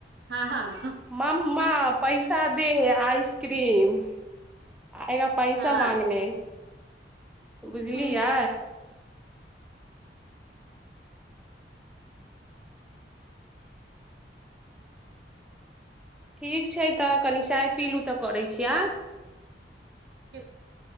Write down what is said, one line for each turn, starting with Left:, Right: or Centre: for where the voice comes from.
Right: हँ हँ
Centre: मम्मा पैसा दे आइसक्रीम आएगा पैसा
Right: हँ
Centre: माँंगने बुझलियै
Right: किछु
Centre: ठीक छै तऽ कनी चाय पीलूँ तऽ करै छी आइ
Right: किछ